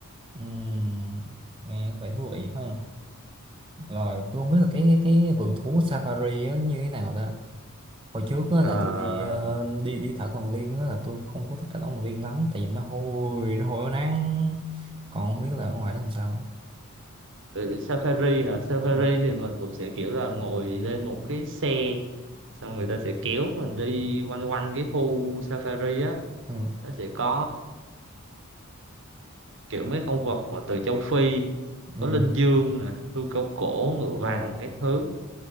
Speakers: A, on the right; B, on the right.
A: ừ nghe có vẻ thú vị hơn rồi tôi không biết là cái cái vườn thú safari á như thế nào ta hồi trước á,
B: Ờ,
A: là tôi đi ờ, đi đi thảo cầm viên á, là tôi không có thích cái thảo cầm viên lắm tại vì nó hôi nó hôi nó nắng còn không biết là ở ngoài đó làm sao
B: rồi safari hả safari
A: ừ
B: thì mình cũng sẽ kiểu là ngồi lên một cái xe xong người ta sẽ kéo mình đi quanh quanh cái khu safari á
A: ừ
B: nó sẽ có kiểu mấy con vật mà từ châu Phi
A: ừ
B: có linh dương nè hươu cao cổ ngựa
A: ồ
B: vằn các thứ